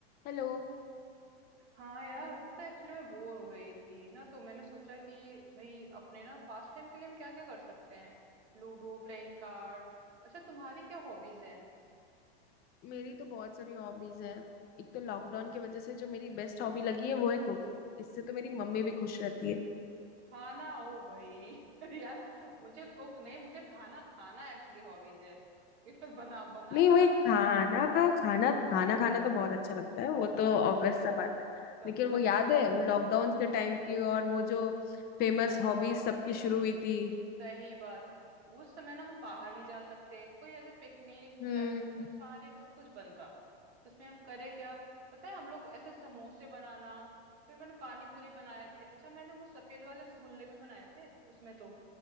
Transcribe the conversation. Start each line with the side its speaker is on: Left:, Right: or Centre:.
Left: Hello
Right: हाँ यार पता है एक्चुअली मैं बोर हो रही थी ना तो मैंने सोचा कि भाई अपने ना पास टाइम के लिए हम क्या क्या कर सकते हैं Ludo playing card अच्छा तुम्हारी क्या हॉबीज हैं
Left: मेरी तो बहुत सारी हॉबीज है एक तो लॉकडाउन की वजह से जो मेरी बेस्ट हॉबी लगी है वो है कुकिंग इससे तो मेरी मम्मी भी खुश रहती है
Right: खाना हो भाई <laughs> यार मुझे कुक नहीं मुझे खाना खाना एक्चुअली हॉबीज है कि बस बना बना
Left: नहीं
Right: बनाया
Left: वो एक
Right: बनता
Left: खाना
Right: रहे
Left: खाना खाना खाना तो बहुत अच्छा लगता है वो तो ऑब्वियस सा बात है
Right: सब
Left: लेकिन
Right: सबकी
Left: वो याद
Right: है
Left: है वो लॉकडाउन के टाइम की और वो जो फेमस
Right: हाँ
Left: हॉबीज
Right: भाई
Left: सबकी शुरू हुई थी
Right: सही बात उस समय ना हम बाहर नहीं जा सकते कोई ऐसे पिकनिक
Left: हम्म
Right: ट्रैवल वो सारे सब कुछ बंद था तो उसमें हम करे क्या पता है हम लोग ऐसे समोसे बनाना फिर मैंने पानी पूरी बनाए थे अच्छा मैंने वो सफेद वाले रसगुल्ले भी बनाए थे उसमें तो